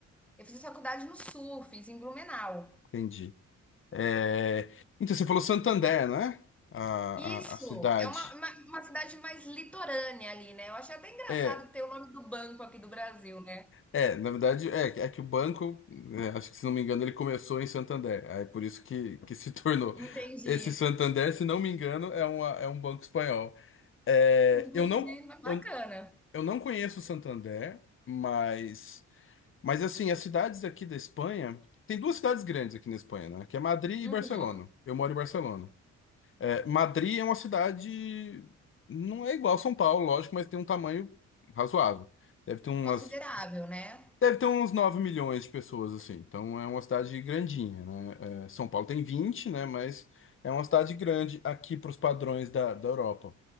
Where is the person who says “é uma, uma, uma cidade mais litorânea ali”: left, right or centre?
Centre